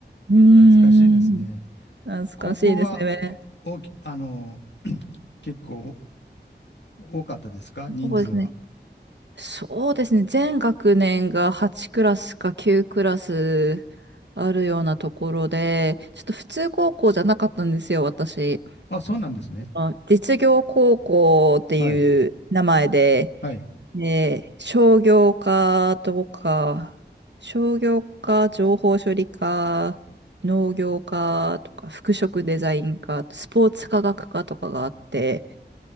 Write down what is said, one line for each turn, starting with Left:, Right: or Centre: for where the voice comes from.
Right: うーん。
Left: 懐かしいですね。
Right: 懐かしいですね。
Left: 高校は、こ、大き、あの、<clears throat> 結構お多かったですか人数は。
Right: そうですね。そうですね。全学年が8クラスか9クラスあるようなところで、ちょっと普通高校じゃなかったんですよ、私。
Left: あ、そうなんですね。
Right: あ実業高校っていう名前で、
Left: はい。はい。
Right: で、商業科とか、商業科、情報処理科、農業科とか、服飾デザイン科、スポーツ科学科とかがあって、